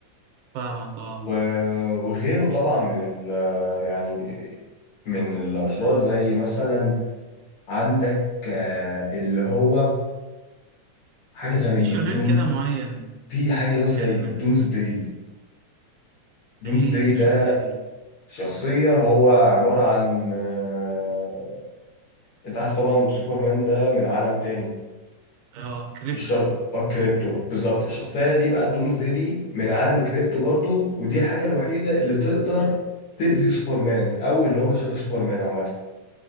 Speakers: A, on the right; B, on the left.
A: فاهمك اه
B: و- وغيره طبعا من ال يعني من الأشرار زي مثلا عندك آه، اللي هو حاجة زي
A: في شرير
B: الدوم
A: كده معين
B: في حاجة اللي هو زي
A: كان
B: دومز داي دومز
A: ده ايه
B: داي
A: ايه
B: ده
A: الشخصية دي
B: شخصية هو عبارة عن آه، انت عارف طبعا سوبرمان ده من عالم تاني
A: اه كريبتو
B: الشغ... الكريبتو بالظبط الشخصية دي بقى الدومز داي دي من عالم الكريبتو برضو ودي الحاجة الوحيدة اللي تقدر تأذي سوبرمان أو اللي هم شبه سوبرمان عامة